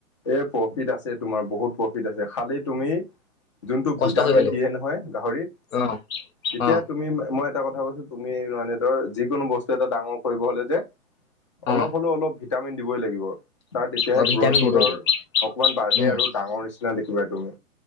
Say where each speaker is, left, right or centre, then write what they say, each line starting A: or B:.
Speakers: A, on the left; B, on the left.
A: এ প্ৰফিট আছে, তোমাৰ বহুত প্ৰফিট আছে। খালি তুমি যোনটো
B: কষ্ট
A: ভিটামিন
B: কৰিব লাগিব
A: দিয়ে নহয়, গাহৰিত।
B: অ
A: তেতিয়া
B: অ
A: তুমি, মই এটা কথা কৈছো তুমি মানে ধৰ, যিকোনো বস্তু এটা ডাঙৰ কৰিব হলে যে, অলপ
B: অ
A: হ'লেও, অলপ ভিটামিন দিবই লাগিব। তাৰ তেতিয়াহে
B: অ ভিটামিন
A: গ্ৰথ' টো
B: দিব
A: ধৰ,
B: লাগিব
A: অকণমান বাঢ়ে
B: উম
A: আৰু ডাঙৰ নিচিনা দেখিবা তুমি।